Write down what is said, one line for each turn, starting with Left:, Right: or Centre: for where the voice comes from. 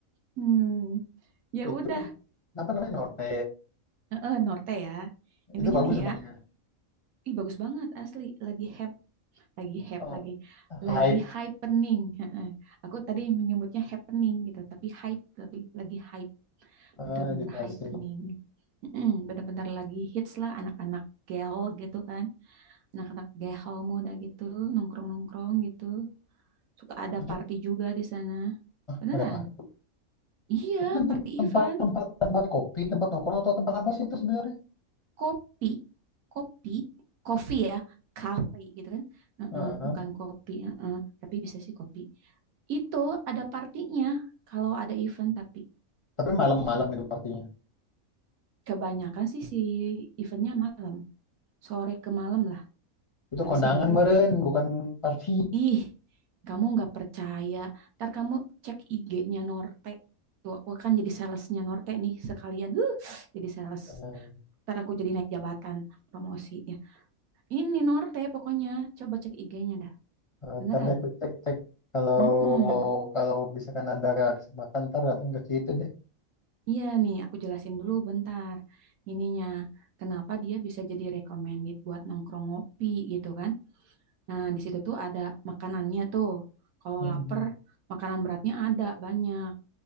Right: Hmm, ya
Left: Itu
Right: udah,
Left: apa namanya Norte?
Right: Heeh, Norte ya. Intinya
Left: Itu bagus
Right: nih
Left: tempatnya.
Right: ya, ih bagus banget asli, lagi heboh lagi hype
Left: Eh,
Right: lagi
Left: Hype
Right: lagi happening Heeh. aku tadi menyebutnya happening gitu tapi hype lebih lagi hype
Left: eh,
Right: benar-benar
Left: di Tasik.
Right: happening Mm-mm, benar-benar lagi hits lah anak-anak gaul gitu kan anak-anak gaul muda gitu nongkrong-nongkrong gitu suka ada
Left: Itu
Right: party juga di sana beneran
Left: pada apa?
Right: iya
Left: Itu kan
Right: party
Left: tempat
Right: event
Left: tempat tempat kopi, tempat nongkrong atau tempat apa sih itu sebenarnya?
Right: kopi, kopi, kopi ya, kafe gitu kan. Heeh,
Left: Heeh.
Right: bukan kopi, heeh, tapi bisa sih kopi. Itu ada partinya kalau ada event tapi
Left: Tapi malam-malam itu partinya.
Right: kebanyakan sih si eventnya malam, sore ke malam lah,
Left: Itu
Right: habis
Left: kondangan
Right: maghrib.
Left: meren, bukan party.
Right: Ih, kamu nggak percaya. Ntar kamu cek IG-nya Norte. Tuh, aku kan jadi salesnya Norte nih sekalian. Huh, jadi sales.
Left: Eh,
Right: Ntar aku jadi naik jabatan promosi ya. Ini Norte pokoknya. Coba cek IG-nya dah.
Left: eh,
Right: Beneran.
Left: ntar deh aku cek-cek kalau
Right: Mm-mm.
Left: kalau bisa kan ada kesempatan ntar datang ke situ deh.
Right: Iya nih, aku jelasin dulu bentar. Ininya, kenapa dia bisa jadi recommended buat nongkrong ngopi gitu kan? Nah, di situ tuh ada makanannya tuh. Kalau
Left: Mm.
Right: lapar, makanan beratnya ada banyak